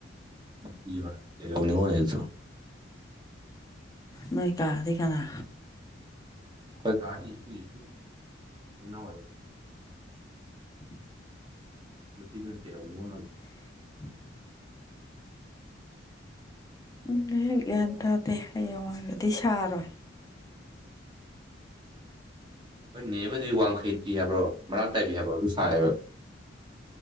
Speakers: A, on the right (about 25°); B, on the left (about 20°).
A: ꯅꯨꯄꯤ ꯑꯃ ꯂꯧꯅꯤꯡꯉꯣꯅꯦ ꯑꯗꯨꯁꯨ <inaudible>
B: ꯅꯣꯏ ꯀꯥꯗꯤ ꯀꯅꯥ
A: ꯑꯩꯈꯣꯏ ꯀꯥ ꯍ ꯏꯄꯨ ꯏꯄ ꯅꯣꯏ <inaudible>
B: ꯎꯝ <unintelligible>
A: ꯌꯇ ꯖꯟꯇꯦꯔ ꯃꯅ ꯑꯗꯨ <inaudible>
B: <unintelligible> ꯎꯝ ꯒ꯭ꯌꯥꯟ ꯇꯥꯗꯦ ꯍꯌꯦꯡꯋꯥꯢꯒꯗꯤ ꯁꯥꯔꯣꯏ
A: ꯑꯩꯈꯣꯏ ꯅꯦ ꯑꯃꯗꯤ ꯋꯥꯡꯈꯩ ꯄꯤ ꯍꯥꯏꯕ꯭ꯔꯣ ꯃꯔꯥꯛ ꯇꯥꯏꯕꯤ ꯍꯥꯏꯕ꯭ꯔꯣ ꯑꯗꯨ ꯁꯥꯏꯕ